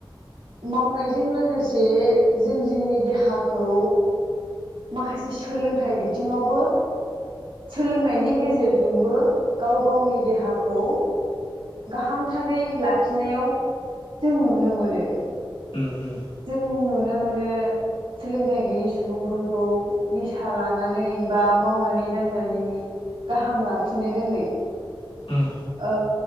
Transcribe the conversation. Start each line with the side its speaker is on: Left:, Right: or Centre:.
Right: मावनायजों लोगोसे जों -जोंनि देहाखौ माखासे सोलोंथाइ बिथिङावबो सोलोंनायनि गेजेरजोंबो गाव- गावनि देहाखौ गाहामथारै लाखिनायाव जों नुनो मोनो
Left: ओम- ओम
Right: जों नुनो मोनो सोलोंथाइ गैयि सुबुंफोरखौ निसा लानानै बा मावनानै दांनानै गाहाम लाखिनो रोङै
Left: उम
Right: ओ